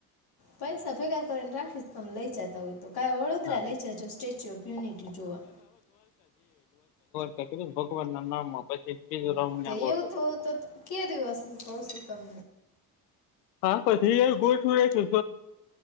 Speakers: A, on the left (about 55°); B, on the left (about 80°).
A: પૈસા ભેગા કરીને રાખીશ તમે લઈ જતા હોય. તો કા વડોદરા
B: હા
A: લઈ જજો સ્ટેચ્યુ ઓફ યુનિટી જોવા.
B: મેં કિધું ભગવાન ના નામ માં પછી બીજું રાઉન્ડ
A: તે
B: ના ગોઠવું
A: એવું તો તો કયા દિવસ ક છું. તમ
B: હા પછી ગોર છું